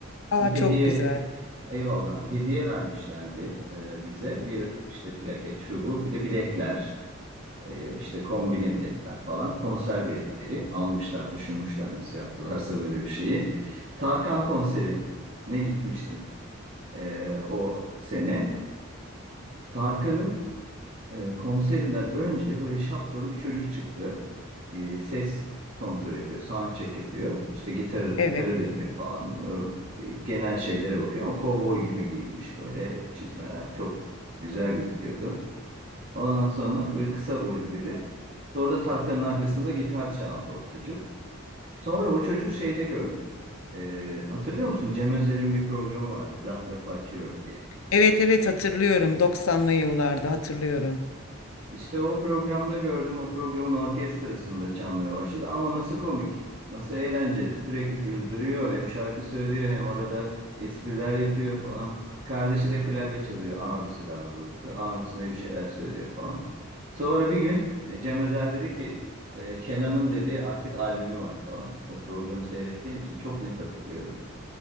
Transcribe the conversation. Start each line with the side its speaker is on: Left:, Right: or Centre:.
Left: Aa
Right: Bir hediye,
Left: çok güzel.
Right: eyvallah, hediye vermişlerdi e, bize. Bir işte plaket, şu bu, bir de biletler. E, işte kombine biletler falan, konser biletleri almışlar, düşünmüşler nasıl yaptılarsa böyle bir şeyi. Tarkan konseri ne gitmiştim e, o sene. Tarkan'ın e, konserinden önce böyle şapkalı bir çocuk çıktı. E, ses kontrol yapıyor, sound check yapıyor. İşte gitar
Left: Evet.
Right: gitarı deniyor falan. E, genel şeylere bakıyor ama kovboy gibi giyinmiş böyle çizmeler çok güzel gözüküyordu. Ondan sonra böyle kısa boylu biri. Sonra da Tarkan'ın arkasında gitar çaldı o çocuk. Sonra o çocuğu şeyde gördüm. Ee, hatırlıyor musun? Cem Özer'in bir programı vardı. Laf lafı açıyor diye.
Left: Evet evet hatırlıyorum 90'lı yıllarda hatırlıyorum.
Right: İşte o programda gördüm, o programın orkestrasında çalmaya başladı. Ama nasıl komik, nasıl eğlenceli. Sürekli güldürüyor, hem şarkı söylüyor, hem arada espriler yapıyor falan. Kardeşi de klavye çalıyor, abisi daha doğrusu. Abisine bir şeyler söylüyor falan. Sonra bir gün e, Cem Özer dedi ki, e, Kenan'ın dedi artık albümü var falan. O programı seyrettiğim için çok net hatırlıyorum.